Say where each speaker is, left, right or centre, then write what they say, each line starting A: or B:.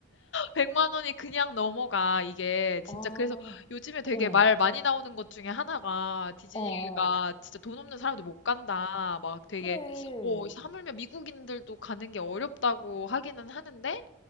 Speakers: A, on the left; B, on the left.
A: 100만 원이 그냥 넘어가, 이게. 진짜
B: 아,
A: 그래서 요즘에 되게
B: 어,
A: 말 많이 나오는 것 중에 하나가 디즈니가
B: 어,
A: 진짜 돈 없는 사람들 못 간다. 막 되게,
B: 그래.
A: 어, 하물며 미국인들도 가는 게 어렵다고 하기는 하는데